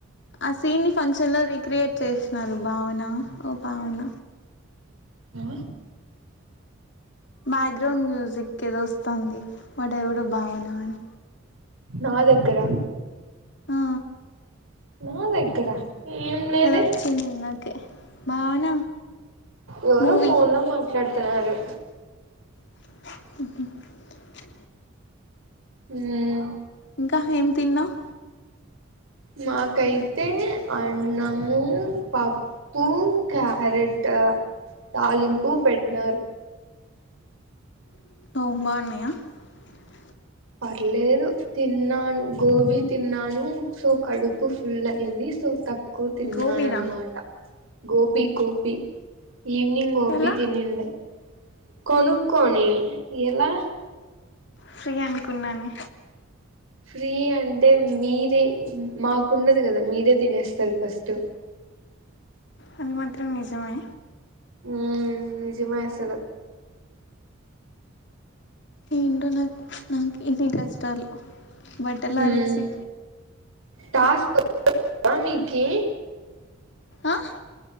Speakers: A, on the left; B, on the right.
A: అస ఫక్ష న్ లో రిక్రియేట్ చేస్తున్నారు భావన ఓ భావన
B: ఆ
A: బ్యాక్గ్రౌండ్ మ్యూజిక్ ఏదో వస్తుంది మా దడేవుడు బాగున్నాని
B: నా దగ్గరా
A: ఆ,
B: నా దగ్గర ఏం లేదే
A: ఏదో వచ్చిందకే భావన
B: ఎవరో
A: మూవీ
B: ఫోన్ లో మాట్లాడుతున్నారు
A: అ
B: హ
A: ఇంకా ఏం తిన్నావు
B: మాకైతే అన్నము పప్పు క్యారెట్ తాలింపు పెట్టిన
A: <unintelligible>
B: పర్లేదు తిన్నాను గోబీ తిన్నాను సో కడుపు ఫుల్ అయింది తక్కువ తిన్నానన్నమాట
A: గోబీనా
B: గోబి గోబి ఈవ్నింగ గోబి
A: ఎలా
B: థినింధి కొనుక్కకోని ఎలా
A: ఫ్రీ అనుకున్నాను
B: ఫ్రీ అంటే మీరే మాకుండదు కదా మీరే తినేస్తారు ఫస్ట్
A: అది మాత్రం నిజమే
B: ఉమ్ నిజమేసలు
A: ఏంటో నాక్ నాకు ఇన్ని కష్టాలు, బట్టలారేసి
B: హ్మ్ టాస్క్ <inaudible> మీకి
A: ఆహ్